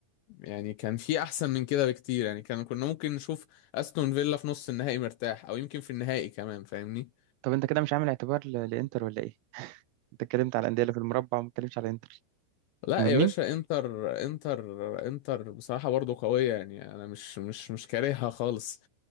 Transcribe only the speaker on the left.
يعني كان في احسن من كده بكتير يعني كان كنا ممكن نشوف استون فيلا في نص النهائي مرتاح او يمكن في النهائي كمان فاهمني
لا
يا باشا انتر انتر انتر بصراحة برضو قوية يعني انا مش مش مش كارهها خالص